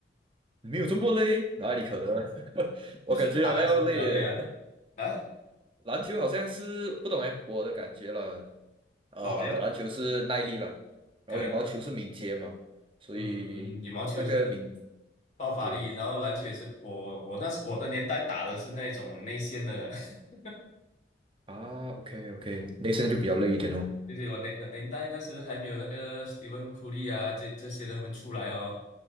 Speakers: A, on the right (about 30°); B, on the left (about 40°).
A: 没有这么累，哪里可能？<laughs> 我感觉还要累耶。
B: 就是打篮球比较累啊啊。
A: <laughs> 篮球好像是不懂哎，我的感觉了。呃，
B: 那我要
A: 打篮球是耐力了，然后羽毛球是敏捷嘛，
B: 可能可
A: 所以那个敏，
B: 嗯嗯羽毛球是爆发力，
A: 对
B: 然后篮球也是我我那时我的年代打的是那种内线的，<laughs>
A: 啊，OK OK，内身就比较累一点哦。
B: 就是我那那年代那时还没有那个 Stephen Curry 啊这这些人他们出来哦，